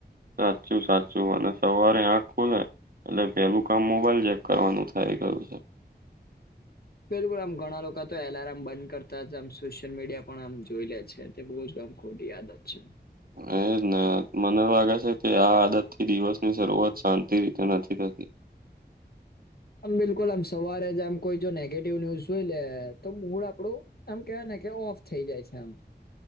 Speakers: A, on the right; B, on the left.
A: સાચું સાચું અને સવારે આંખ ખુલે અને પેલું કામ મોબાઈલ ચેક કરવાનું થાઈ ગયું છે.
B: બિલકુલ આમ ઘણા લોકા તો એલાર્મ બંધ કરતા જ આમ સોશિયલ મીડિયા પણ આમ જોઈ લે છે. તે બહુ જ આમ ખોટી આદત છે.
A: હા એજ ને. મને લાગે છે કે આ આદત થી દિવસ ની શરૂઆત શાંતિ રીતે નથી થતી
B: આમ બિલકુલ આમ સવારે જ આમ કોઈ જો નેગેટિવ ન્યુઝ જોઈ લે તો મૂળ આપડું આમ કેવાય ને કે ઓફ થઇ જાય છે આમ